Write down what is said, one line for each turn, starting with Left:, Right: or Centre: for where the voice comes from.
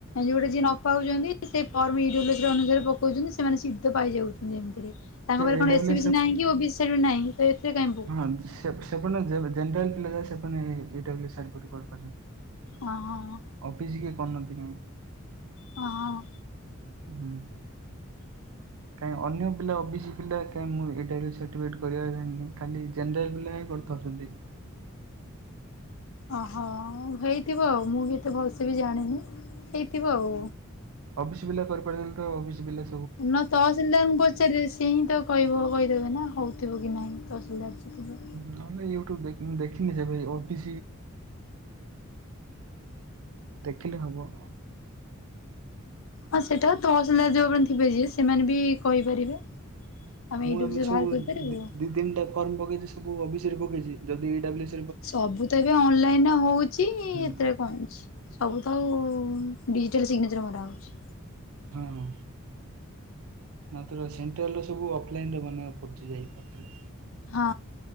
Left: ଯୋଉଟା ଯି ନ ପାଉଛନ୍ତି ସେ - କହୁଛନ୍ତି ସେମାନେ ସି ପାଇଯାଉଛନ୍ତି ଏମିତିରେ ତାଙ୍କରେ
Right: ସେ ଏ
Left: କଣ
Right: ଡବ୍ଲୁ
Left: ଏସି ବି ନାହିଁ କି ବି ସ ବି ନାହିଁ। ତ ଏଥିେ କାଇ
Right: ହଁଲ ଜେନେରାଲ ସେମାନେ <unintelligible> କରିପାରୁଛନ୍ତି।
Left: ଓ ହ।
Right: ଅଫିସ କିଏ କରିୁନାହାନ୍ତି କାଇହିଁ
Left: ହ ହ
Right: ହୁଁ <inaudible>
Left: ହ <inaudible>
Right: କଁ ଅନ୍ୟ ପିଲା ପିଲା ଓବିସି ପିଲା କାଁହି ମୁଁ ଏଇ ଟାଇପର ସାର୍ଟିଫିକେଟ କରିବାରେ ଖାଲି ଜେନେରାଲ ପିଲା। ଛନ୍ତି କି <inaudible>
Left: ଓହୋ ହେଇଥିବ ଆଉ ମୁଁ ବି ଏତେ ଭଲସେ ବି ଜାଣିନି ହେଇଥିବ ଆଉ।
Right: ଅଫିସ ବିଲା କରିପାରଛନ୍ତି ତ ଅଫିସ ବିଲା <unintelligible>
Left: ନା ତ ଅହସିଲୀଦାରଙ୍କୁ ପଚାରିଲେ ସିଏ ହିଁ ତ - କହିବ କହିଦେବେ ନା ହଉଥିବ କି ନାହିଁ ତସ ଅଛିଥିବ
Right: ନହଲେ ୟୁଟ୍ୟୁବ <unintelligible> ଦେଖିନି କରିପାରାଇଁ ଦେଖିଲେ ହବ।
Left: ହଁ ସେଇଟା ତ ତହସିଲଦାର ଯୋଉ ମାନେ ଥିବେ ଯିଏ ସେମାନେ ବି କହିପାରିବେ। ଆମେ
Right: ମୁଁ
Left: ୟୁଟ୍ୟୁବ
Right: ଏ
Left: ସେ
Right: ସବୁ
Left: ବାହାର କରିପାରିବୁ।
Right: ଦି ତିନଟା ଫର୍ମ ପକେଇଛି ସବୁ ଅଫିସରେ ପକେଇଛି ଯଦି ଏଇଟା ବ -
Left: ସବୁ ତ ଏବେ ଅନଲାଇନରେ ହଉଛି
Right: ହୁଁ
Left: ଏଥିରେ କଣଛି। ସବୁ ତ ଆଉ ଡିଜିଟାଲ୍ ସିଗ୍ନେଚର୍ ମରା ହୋଉଛି।
Right: ହଁ। ମାତ୍ର ସେଣ୍ଟାଲ୍ରର ସବୁ ଅଫଲାଇନରେ ବନେଇବାକୁ ପଡ଼ୁଛି ଯାଇ ପାଖରେ।
Left: ହଁ